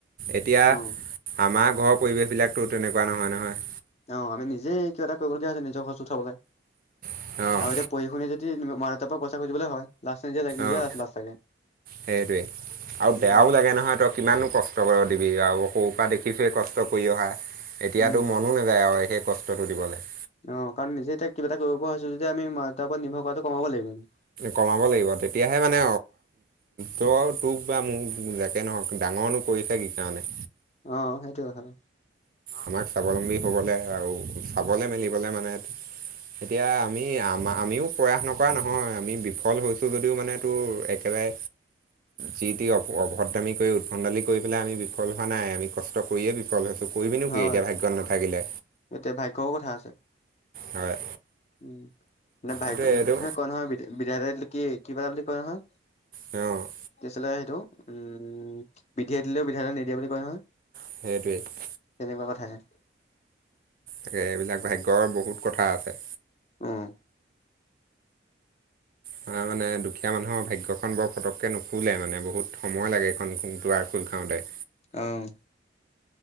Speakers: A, on the right; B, on the left.
A: এতিয়া আমাৰ
B: অ
A: ঘৰৰ পৰিৱেশবিলাকতো তেনেকুৱা নহয় নহয়।
B: অ', আমি নিজে কিবা এটা কৰিবলগীয়া হৈছে নিজৰ খৰচ উঠাবলৈ
A: অ',
B: আৰু এতিয়া পঢ়ি শুনি যদি মা দেউাৰ পৰা পইচা খুজিবলৈ হয়। লাষ্ট লাগে নিজৰে
A: অ',
B: লাজ লাগে
A: সেইটোৱেই আৰু বেয়াও
B: উম।
A: লাগে নহয় কিমানো কষ্ট কৰিব দিবি আৰু সৰুৰ পৰা দেখিছোৱে কষ্ট কৰি অহা। এতিয়াতো
B: উম
A: মনো নাযায় আৰু সেই কষ্টটো দিবলৈ।
B: অ', কাৰণ নিজে এতিয়া কিবা এটা কৰিব হৈছো যদি আমি মা দেউতাৰ পৰা নিৰ্ভৰ কৰাটো কমাব লাগিব।
A: কমাব লাগিব তেতিয়াহে মানে ত' তোক বা মোক যাকে নহওক ডাঙৰনো কৰিছে কি কাৰণে।
B: অ', সেইটোয়ে হয়।
A: আমাক স্বাৱলম্বী হ'বলৈ আৰু চাবলৈ মেলিবলৈ মানে এতিয়া আমি আ আমিও প্ৰয়াস নকৰা নহয় আমি বিফল হৈছোঁ যদিও মানে তোৰ এক একেবাৰে যি তি অভদ্ৰামী কৰি উদভণ্ডালি কৰি পেলাই আমি বিফল হোৱা নাই আমি কষ্ট কৰিয়ে বিফল হৈছো। কৰিবি নো
B: হয়
A: কি এতিয়া ভাগ্যত নাথাকিলে।
B: এতিয়া ভাগ্যও কথা আছে।
A: হয়।
B: উম, মে ভাগ্য
A: এইটোৱে এইটো
B: কি কয় নহয় বিধাতাই দিলে কি কিবা বুলি কয় নহয়।
A: অ'।
B: কি আছিলে সেইটো উম বিধিয়ে দিলেও বিধাটায়ে নিদিয়ে বুলি কয় নহয়।
A: সেইটোৱেই।
B: তেনেকুৱা কথাহে।
A: তাকে এইবিলাক ভাগ্যৰ বহুত কথা আছে।
B: উম
A: তাৰ মানে দুখীয়া মানুহৰ ভাগ্যখন বৰ পটককৈ নুখুলে মানে বহুত সময় লাগে এইখন দুৱাৰ খোল খাওঁতে।
B: অ'।